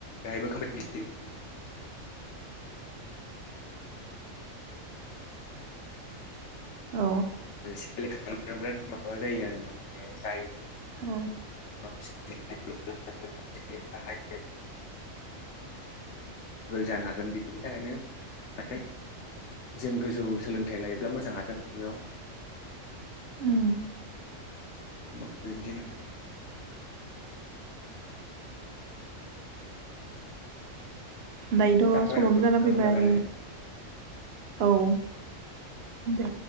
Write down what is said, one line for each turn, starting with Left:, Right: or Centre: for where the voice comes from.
Left: बेहायबो कम्पिदिसोन <unintelligible>
Right: औ
Left: सेलेक खालामनायाव बिराद माबा जायो आरो ना माने जायनो
Right: औ
Left: <unintelligible> जानो हागोन बेनि थाखायनो माने जों गोजौ सोलोंथाइ लायोब्ला मोजां आथोन बेयाव
Right: उम
Left: अ बिब्दिनो
Right: दायोथ'
Left: जाबाय
Right: समाबो
Left: नामा नोंथां
Right: जाना फैबाय
Left: होनबा रायलायनाया
Right: औ दे